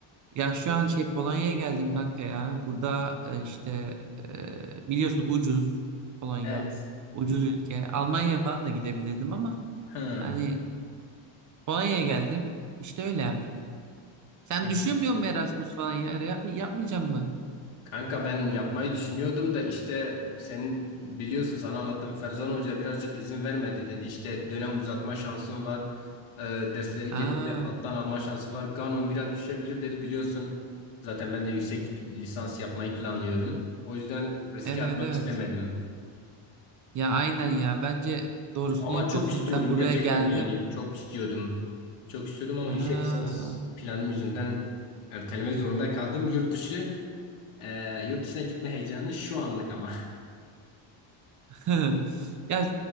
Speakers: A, on the right; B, on the left.
A: Ya şu an şey Polonya'ya geldim kanka ya. Burada e, işte e, biliyorsun ucuz Polonya.
B: Evet.
A: Ucuz ülke. Almanya falan da gidebilirdim ama
B: Hı.
A: hani Polonya'ya geldim. İşte öyle. Sen
B: Hı.
A: düşünmüyor musun Erasmus falan ya? Yapma, yapmayacağım mı?
B: Kanka ben yapmayı düşünüyordum da işte senin biliyorsun sana anlattım Ferzan Hoca birazcık izin vermedi dedi işte dönem uzatma şansın var Ee, dersleri
A: Aa,
B: genelde alttan alma şansı var Ganon biraz düşebilir dedi biliyorsun zaten ben de yüksek lisans yapmayı planlıyorum o yüzden riske
A: evet
B: atmak
A: evet.
B: istemedim
A: Ya aynen ya. Bence doğrusunu
B: ama
A: yapıyorsun.
B: çok istiyordum
A: Ben buraya
B: gerçekten
A: geldim.
B: yani çok istiyordum çok istiyordum ama
A: Ha.
B: yüksek lisans planım yüzünden ertelemek zorunda kaldım yurt dışı Ee, yurt dışına gitme heyecanı şu anlık ama.
A: <laughs> Ya